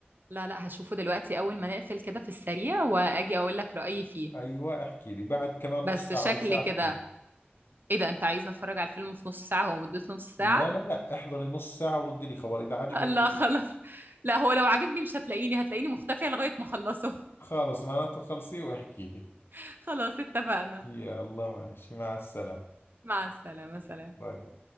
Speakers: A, on the right (about 55°); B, on the left (about 70°).
A: لا لا هشوفه دلوقتي أول ما نقفل كده في السريع وأجي أقول لك رأيي فيه
B: ايوه احكي لي بعد كمان
A: بس
B: نص ساعة
A: شكل
B: او ساعة
A: كده
B: احكي
A: إيه ده أنت عايزني أتفرج على الفيلم في نص ساعة هو مدته نص ساعة
B: لا لا لا احضري نص ساعة وردي لي خبر إذا عجبك
A: لا
B: أو
A: خلاص
B: لا
A: لا هو لو عجبني مش هتلاقيني هتلاقيني مختفية لغاية ما اخلصه
B: خالص معناته خلصي واحكي لي
A: <laughs> خلاص اتفقنا
B: يا الله ماشي مع السلامة
A: مع السلامة سلام
B: باي باي